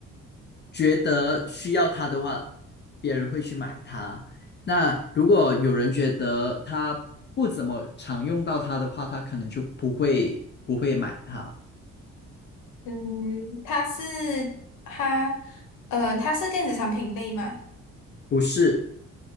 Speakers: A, on the left; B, on the left.
A: 觉得需要它的话，别人会去买它。那如果有人觉得他不怎么常用到它的话，他可能就不会不会买它。
B: 嗯，它是它，呃，它是电子产品类嘛？
A: 不是，